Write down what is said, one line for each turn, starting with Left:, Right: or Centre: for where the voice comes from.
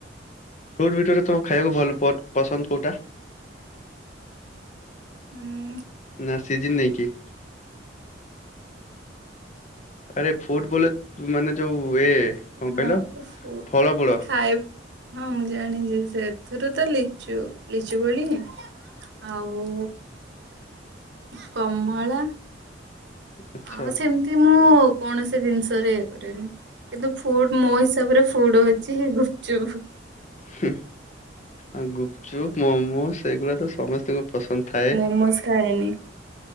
Left: ଫ୍ରୁଟ୍ ଭିତରେ ତମୁ ଖାଇବାକୁ ଭଲ ପଟ୍ ପସନ୍ଦ କୋଉଟା?
Right: ଉଁ
Left: ନାଁ ସିଜିିନ୍ ନେଇକି। ଆରେ ଫ୍ରୁଟ୍ ବୋଲେ ମାନେ ଯୋଉ ଏ କଣ କହିଲ
Right: ହଁଓ ଫୁ
Left: ଫଳ ମୂଳ
Right: ଖାଇ ହଁ ମୁଁ ଜାଣିଚି। ସେଥିରୁ ତ ଲିଚୁ ଲିଚୁ କୋଳି। ଆଉ କମଳା
Left: ଆଚ୍ଛା।
Right: ଆଉ ସେମ୍ ତି ମୁଁ କୌଣସି ଦିନିଷରେ ଇଏ କରେନି। କିନ୍ତୁ ଫୁଡ଼୍ ମୋ ହିସାବରେ ଫୁଡ଼୍ ହୋଉଚି ଗୁପଚୁପ୍।
Left: ହୁଁ ଅ ଗୁପଚୁପ୍ ମୋମୋସ୍ ସେଗୁଡ଼ା ତ ସମସ୍ତଙ୍କୁ ପସନ୍ଦ ଥାଏ।
Right: ମୋସ୍ ଖାଏନି।